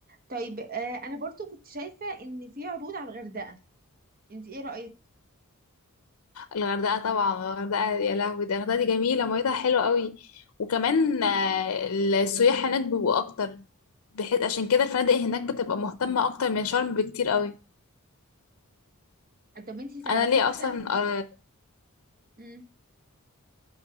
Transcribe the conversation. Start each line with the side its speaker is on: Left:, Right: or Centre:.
Right: طيب آه انا برضو كنت شايفة ان في عروض على الغردقة انت ايه رأيك
Left: الغردقة طبعا الغردقة يا لهوي ده الغردقة دي جميلة ميتها حلوة قوي وكمان آه، السياح هناك بيبقوا أكتر بحيث عشان كده الفنادق هناك بتبقى مهتمة أكتر من شرم بكتير قوي
Right: طب انت تعرفي
Left: أنا ليه
Right: مثلا
Left: أصلا آه،
Right: امم